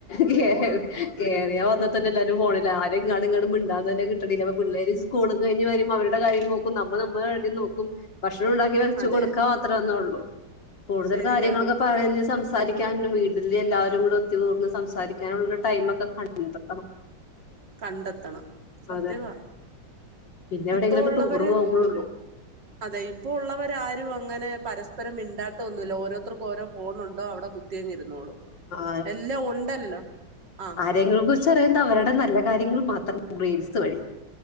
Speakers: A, on the left; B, on the right.
A: കേറി കേറിയ ല്ലാരു ഫോണിലാ ആരും അങ്ങോ ഇങ്ങോട്ടു മിണ്ടാൻ തന്നെ കിട്ടണില്ല. അപ്പം പിള്ളേര് സ്കൂളും കഴിഞ്ഞ് വരുമ്പം അവരുടെ കാര്യ നമ്മ നമ്മളെ രണ്ടിനേ നോക്കും ഭക്ഷണം ച്ചു
B: അതെ
A: കൊടുക്കാൻ മാത്രള്ളൂ കൂടുതൽ
B: ശരിയാ
A: കാര്യ പറഞ്ഞ് സംസാരിക്കാന് വീട്ടില് എല്ലാവരും ഇവിടെ എത്തിയാ ഉടനെ സംസാരിക്കാനുള്ള ടൈമ് ഒക്കെ കണ്ടെത്തണം.
B: കണ്ടെത്തണം സത്യവാ.
A: അതെ പിന്നെ എവിടെങ്കിലും
B: ഇപ്പോ
A: ഒക്കെ
B: ഉള്ളവര്
A: ടൂർ പോകുമ്പളേ ഉള്ളു.
B: അതെ ഇപ്പ ഉള്ളവരാരും അങ്ങനെ പരസ്പരം മിണ്ടാട്ടൊന്നുമില്ല. ഓരോത്തർക്കും ഓരോ ഫോണുണ്ട് അവിടെ തിരിഞ്ഞിരുന്നോളൂ
A: ആ
B: എല്ലാം ഉണ്ടല്ലോ. ആ
A: നിങ്ങൾക്കും ചെറിയ അവരുടെ നല്ല കാര്യങ്ങൾ മാത്രം റീൽസ് വഴി